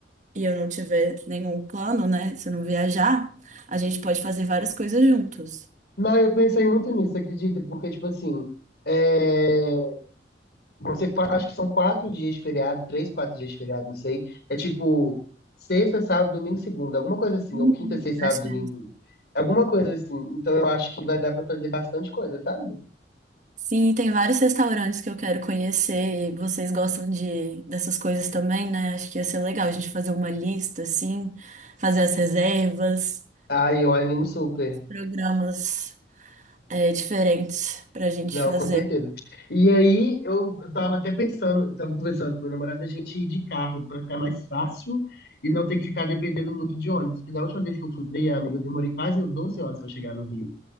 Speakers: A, on the right (about 40°); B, on the left (about 60°).
A: e eu não tiver nenhum plano, né? Se eu não viajar, a gente pode fazer várias coisas juntos.
B: Não, eu pensei muito nisso, acredita? Porque, tipo assim, é, você fa- acho que são quatro dias de feriado, três, quatro dias de feriado, não sei. É tipo sexta, sábado, domingo, segunda, alguma coisa assim,
A: Uhum.
B: ou quinta, sexta,
A: Acho
B: sábado,
A: que
B: domingo,
A: é isso.
B: alguma coisa assim. Então eu acho que vai dar pra fazer bastante coisa, sabe?
A: Sim, tem vários restaurantes que eu quero conhecer e vocês gostam de dessas coisas também, né? Acho que ia ser legal a gente fazer uma lista, assim, fazer as reservas,
B: Ah, eu animo super.
A: programas é, diferentes pra gente
B: Não,
A: fazer.
B: com certeza. E aí eu, eu tava até pensando, eu tava conversando com meu namorado, a gente ir de carro pra ficar mais fácil e não ter que ficar dependendo muito de ônibus. Porque da última vez que eu fui pra aí, amigo, eu demorei quase 12 horas pra chegar no Rio.